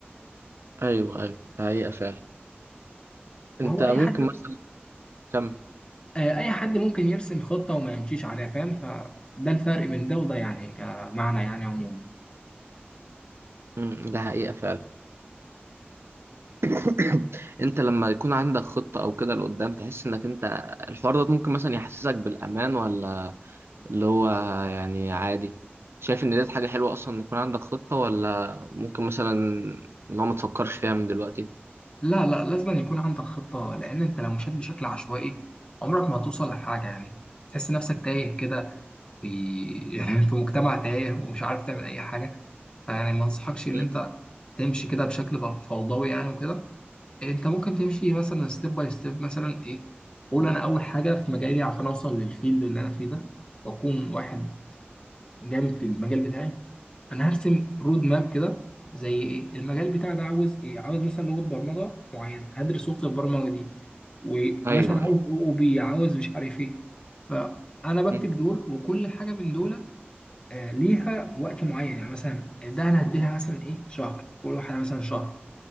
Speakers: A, on the right; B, on the left.
A: أيوه أيوه ده حقيقة فعلا
B: ما
A: أنت
B: هو
A: ممكن
B: اي حد
A: مثلا كم
B: آه، اي حد ممكن يرسم خطة وما يمشيش عليها فاهم فده الفرق بين ده وده يعني كمعنى يعني عموما
A: مم، ده حقيقة فعلا <coughs> <clears throat> أنت لما يكون عندك خطة أو كده لقدام تحس إنك أنت الحوار ده ممكن مثلا يحسسك بالأمان ولا اللي هو يعني عادي شايف إن ديت حاجة حلوة أصلا إن يكون عندك خطة ولا ممكن مثلا اللي هو ما تفكرش فيها من دلوقتي؟
B: لا لا لازم أن يكون عندك خطة لأن أنت لو مشيت بشكل عشوائي عمرك ما هتوصل لحاجة يعني تحس نفسك تايه كده في <laughs> في مجتمع تايه ومش عارف تعمل أي حاجة فيعني ما أنصحكش إن
A: مم.
B: أنت تمشي كده بشكل ف- فوضوي يعني وكده أنت ممكن تمشي مثلا ستيب باي ستيب مثلا إيه قول أنا أول حاجة في مجالي عشان أوصل للفيلد اللي أنا فيه ده وأكون واحد جامد في المجال بتاعي انا هرسم رود ماب كده زي ايه المجال بتاعي ده عاوز ايه عاوز مثلا لغه برمجه معينه هدرس لغه البرمجه دي ومثلا
A: أيوه
B: عاوز او او بي عاوز مش عارف ايه فانا بكتب
A: مم.
B: دول وكل حاجه من دول آه، ليها وقت معين يعني مثلا ده انا هديلها مثلا ايه شهر كل واحده مثلا شهر